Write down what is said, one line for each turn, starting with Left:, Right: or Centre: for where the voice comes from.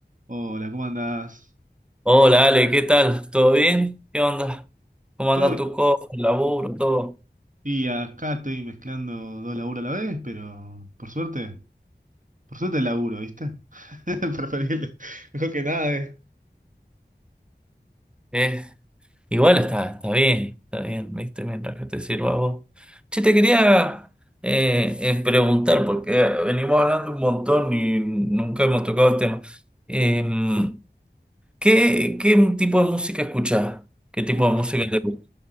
Right: Hola, ¿cómo andás?
Centre: Hola Ale, ¿qué tal? ¿Todo bien? ¿Qué onda? ¿Cómo
Right: Todo
Centre: anda
Right: bien.
Centre: tus cosas, el laburo, todo?
Right: Y acá estoy mezclando dos laburos a la vez, pero por suerte, por suerte laburo, ¿viste? <laughs> Preferible. Mejor que nada es.
Centre: Eh, igual está, está bien, está bien, ¿viste? Mientras que te sirva a vos. Che, te quería eh, eh, preguntar, porque venimos hablando un montón y nunca hemos tocado el tema. Em, ¿qué, qué tipo de música escuchás? ¿Qué tipo
Right: Uf,
Centre: de música te gusta?